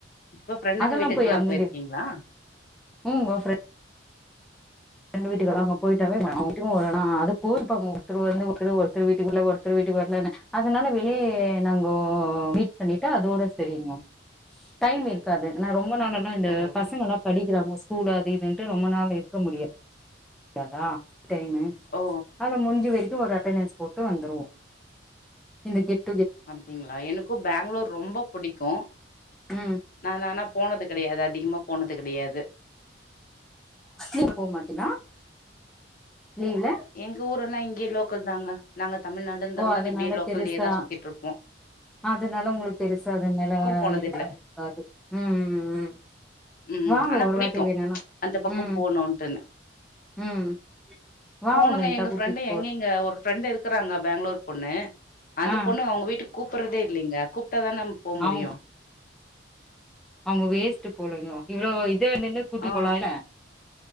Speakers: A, on the left; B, in the centre.
A: இப்ப ஃப்ரெண்டுங்க
B: அதெல்லாம்
A: வீட்டுக்கெல்லா
B: போய் அங்கந்து
A: போயிருக்கீங்களா?
B: உ ஓ ஃபிரெ ரெண்டு வீட்டுக்காரங்க போய் ட்டாவே <inaudible> வர நா அது கூர்ப்பாங்க ஒருத்தர் வந்து ஒருத்தர் வீட்டுக்கு வர்ல ஒருத்தர் வீட்டுக்கு வர்லனு அதனால வெளியே நாங்கோ மீட் பண்ணிட்டா அதோட சரியுங்கோ டைம் இருக்காது ஏனா ரொம்ப நாள் எல்லாம் இந்த
A: ஓ
B: பசங்க எல்லாம் படிக்கிறாங்க ஸ்கூல் அது இதுட்டு ரொம்ப நாள் இருக்க முடியா யாதா டைமு
A: ஓ
B: அதன முடிஞ்சு வரைக்கும் ஒரு அண்டன்டஸ் போட்டு வந்துருவோ இந்த டிப்
A: அப்டிங்களா எனக்கும் பெங்களூர் ரொம்ப பிடி க்கும்
B: ம்
A: நா நானா போனது கிடையாது அதிகமா போனது கிடையாது
B: <inaudible> போ மாட்டினா லீவ்ல
A: எங்க ஊர் என்ன இங்கயே லோக்கல் தாங்க நாங்க தமிழ்நாடுன்றதுல
B: ஓ அதனால
A: இப்டியே லோக்கல்லயே
B: பெருசா
A: தான் சுத்திட்டு இருப்போம்
B: அதனால உங்களுக்கு பெருசா அது மேல
A: போனதில்ல
B: இருக்க இருக்காது ம் ம்
A: ம்
B: வாங்க
A: ஆனா
B: ஒரு
A: புடிக்கும்
B: வாட்டி வேணுனா
A: அந்த பக்கம்
B: ம்
A: போணும்ட்டுன்னு
B: ம் வாங்க
A: போனுங்க
B: வேண்டா
A: எங்க
B: கூட்டிட்டு
A: ஃபிரெண்டு
B: போற
A: எங்கங்க ஒரு ஃப்ரெண்டு் இருக்கிறாங்க பெங்களூர் பொண்ணு அந்த
B: ஆ
A: பொண்ணு அவங்க வீட்டுக்கு கூப்பறதே இல்லிங்க கூப்ட்டா தான் நம் போ முடியு
B: அவுங் அவுங்க வேஸ்ட்டு போலிங்கோ இவ்ளோ இதா இந்துன்னு கூட்டி
A: ஆ
B: போலா இல்ல